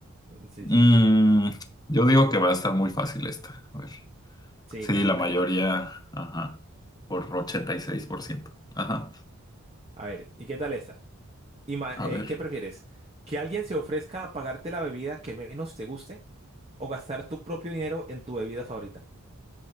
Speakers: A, on the right; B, on the left.
A: Sí,
B: Mm,
A: sí, sí.
B: yo digo que va a estar muy fácil esta, a ver.
A: Sí,
B: Sí,
A: no, no
B: la mayoría,
A: creo.
B: ajá, por 86%. ajá,
A: A ver, ¿y qué tal esta? Ima-
B: a
A: eh,
B: ver.
A: ¿qué prefieres? ¿Que alguien se ofrezca a pagarte la bebida que menos te guste o gastar tu propio dinero en tu bebida favorita?